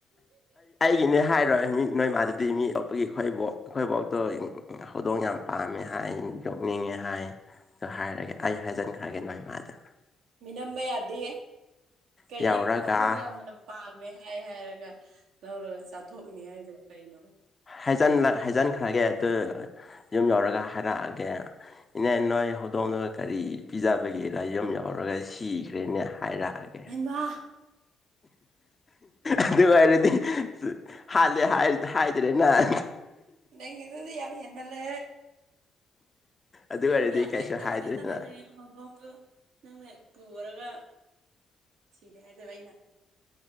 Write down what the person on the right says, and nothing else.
ꯃꯤꯅꯝꯕ ꯌꯥꯗꯦ ꯀꯔꯤ
ꯍꯧꯗꯣꯛ ꯌꯥ ꯑꯕꯅ ꯄꯥꯝꯃꯦ ꯍꯥꯏ ꯍꯥꯏꯔꯒ ꯂꯧꯔꯒ ꯆꯥꯊꯣꯛꯅꯤ ꯍꯥꯏꯗꯣ ꯀꯩꯅꯣ
ꯍꯕ
ꯅꯪꯗꯤ ꯌꯥꯕ ꯍꯔꯃꯦꯜꯂ
ꯌꯝꯗ
ꯀꯥꯏ
ꯇꯧꯁꯗꯅꯅ ꯂꯗꯣꯡꯗꯨ ꯅꯪꯅ ꯄꯨꯔꯒ ꯁꯤꯔꯦ ꯍꯥꯏꯗꯕ ꯑꯩꯅ